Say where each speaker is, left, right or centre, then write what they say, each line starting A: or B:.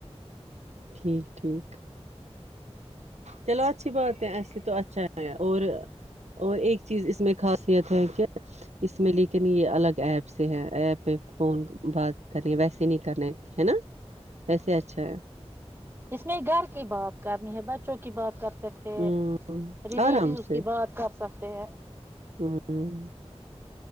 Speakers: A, on the right; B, on the right.
A: ٹھیک ٹھیک چلو اچھی باتیں اس تو اچھا ہے اور اور ایک چیز اس میں خاصیت ہے کہ اس میں لیکن یہ الگ ایپس ہے ایپ میں فون بات کرنی ویسے نہیں کرنے ہے نا ویسے اچھا ہے
B: ج میں گھر کی بات کرنی ہے بچوں کی بات کر سکتے
A: ہوں
B: ہیں ریلیٹیو
A: آرام سے
B: اس کی بات کر سکتے ہیں
A: ہوں